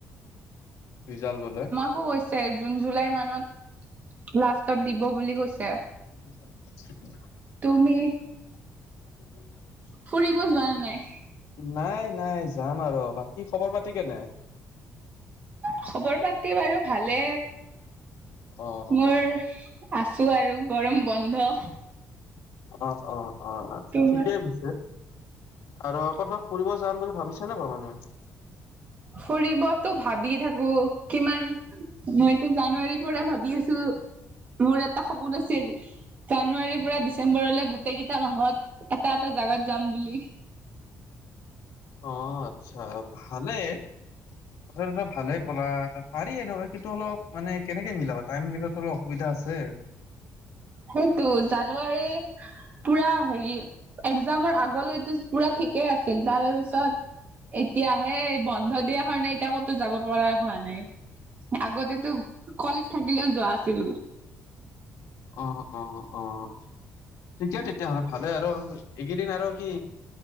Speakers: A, on the left; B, on the right.
A: ৰিজাল্ট বলে।
B: অও হৈছে, জুন জুলাই মানত লাষ্টত দিব বুলি কৈছে।
A: <unintelligible>
B: তুমি-
A: <unintelligible>
B: ফুৰিব যোৱা নাই।
A: নাই নাই যাম আৰু, বাকী খবৰ পাতি কেনে?
B: খবৰ পাতি বাৰু ভালে
A: অ অ
B: মোৰ। আছোঁ আৰু, গৰম বন্ধ।
A: অ', অ', অ' আ,
B: তোমাৰ
A: ঠিকেই পিছে। আৰু ক'তবা ফুৰিব যাম বুলি ভাবিছে নে ভাবা নাই?
B: ফুৰিবতো ভাবি থাকোঁ, কিমান মইতো জানুৱাৰীৰ পৰা ভাবি আছোঁ, মোৰ এটা সপোন আছিল জানুৱাৰীৰ পৰা ডিচেম্বৰলৈ গোটেইকেইটা মাহত এটা এটা জাগাত যাম বুলি।
A: অ' আচ্ছা, ভালেই। কথাটো ত' ভালে ক'লা পাৰি এনেকুৱা কিন্তু অলপ মানে কেনেকে মিলাবা টাইম মিলাত অলপ অসুবিধা আছে।
B: সেইটো জানুৱাৰী পুৰা হেৰি এক্সামৰ আগলৈতো পুৰা ঠিকেই আছিল তাৰে পিছত এতিয়াহে বন্ধ দিয়া কাৰণে এতিয়া ক'তো যাব পৰা হোৱা নাই। আগতেতো কলেজ থাকিলেও যোৱা আছিলোঁ।
A: অ', অ', অ'। ঠিকে তেতিয়াহ'লে ভালে আৰু এইকেইদিন আৰু কি